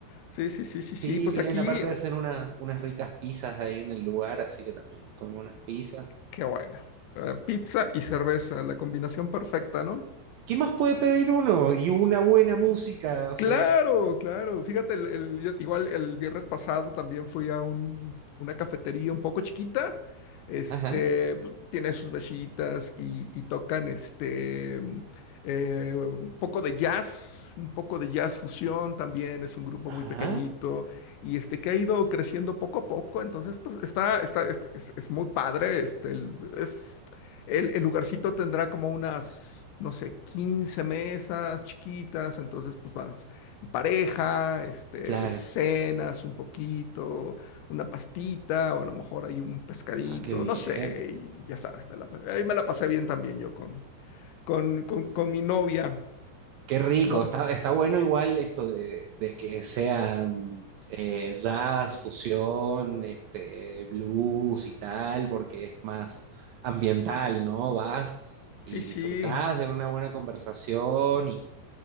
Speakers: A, on the left; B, on the right.
A: Sí, sí, sí, sí,
B: Sí,
A: sí. Pues
B: bien,
A: aquí,
B: aparte de hacer una- unas ricas pizzas ahí en el lugar, así que también comí unas pizzas.
A: qué bueno. Eh, pizza y cerveza, la combinación perfecta, ¿no?
B: ¿Qué más puede pedir uno? Y una buena música, o
A: Claro,
B: sea.
A: claro. Fíjate, el- el- yo- igual el viernes pasado también fui a un- una cafetería un poco chiquita. Este,
B: Ajá,
A: pues, tiene sus mesitas y, y tocan este, mm, eh, un poco de jazz, un poco de jazz fusión también. Es un grupo
B: ajá,
A: muy pequeñito y este que ha ido creciendo poco a poco. Entonces, pues está, está, es, es- es muy padre. Este, el- es el, el lugarcito tendrá como unas, no sé, 15 mesas chiquitas, entonces pues vas en pareja, este,
B: claro.
A: cenas un poquito, una pastita o a lo mejor hay un pescadito,
B: Ah, qué bien.
A: no sé, y ya sabes, te la ahí me la pasé bien también yo con, con, con, con mi novia,
B: Qué rico,
A: ¿no?
B: está, está bueno igual esto de, de que sea mm, eh, jazz, fusión, este, blues y tal, porque es más ambiental, ¿no? Vas
A: Sí,
B: y
A: sí.
B: disfrutás de una buena conversación y,